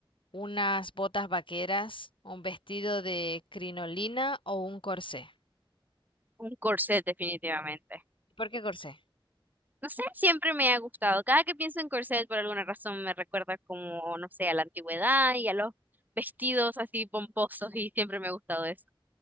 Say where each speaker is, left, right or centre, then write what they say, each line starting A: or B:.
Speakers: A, on the left (about 65°); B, on the right (about 20°).
A: unas botas vaqueras, un vestido de crinolina o un corsé.
B: Un corset, definitivamente.
A: ¿Y por qué corsé?
B: No sé, siempre me ha gustado. Cada que pienso en corset, por alguna razón me recuerda como, no sé, a la antigüedad y a los vestidos así pomposos y siempre me ha gustado eso.